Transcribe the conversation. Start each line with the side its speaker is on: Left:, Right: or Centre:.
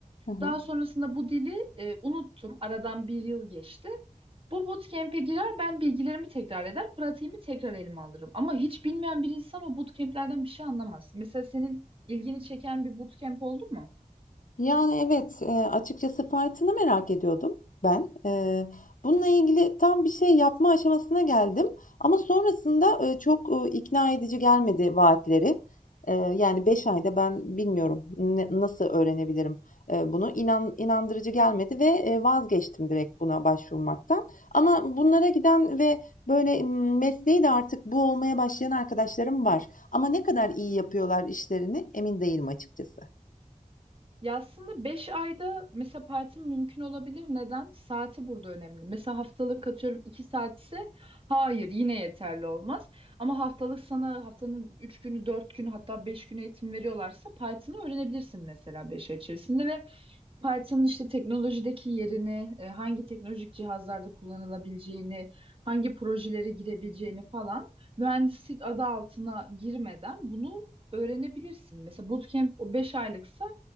Left: Hı hı.
Right: Daha sonrasında bu dili e, unuttum. Aradan bir yıl geçti. Bu bootcamp'e girer, ben bilgilerimi tekrar eder, pratiğimi tekrar elime alırım. Ama hiç bilmeyen bir insan o bootcamp'lerden bir şey anlamaz. Mesela senin ilgini çeken bir bootcamp oldu mu?
Left: Yani, evet, eee, açıkçası fiyatını merak ediyordum ben. Eee, bununla ilgili tam bir şey yapma aşamasına geldim ama sonrasında, eee, çok, ııı, ikna edici gelmedi vaatleri. Eee, yani 5 ayda ben bilmiyorum ne nasıl öğrenebilirim, eee, bunu. İnan inandırıcı gelmedi ve, eee, vazgeçtim direkt buna başvurmaktan. Ama bunlara giden ve böyle, ımm, mesleği de artık bu olmaya başlayan arkadaşlarım var ama ne kadar iyi yapıyorlar işlerini emin değilim açıkçası.
Right: Ya aslında 5 ayda mesela partim mümkün olabilir. Neden? Saati burada önemli. Mesela haftalık atıyorum 2 saatse hayır yine yeterli olmaz. Ama haftalık sana haftanın 3 günü 4 günü hatta 5 günü eğitim veriyorlarsa partini öğrenebilirsin mesela 5 ay içerisinde ve Python'ın işte teknolojideki yerini, e, hangi teknolojik cihazlarda kullanılabileceğini, hangi projelere girebileceğini falan mühendislik adı altına girmeden bunu öğrenebilirsin. Mesela bootcamp o 5 aylıksa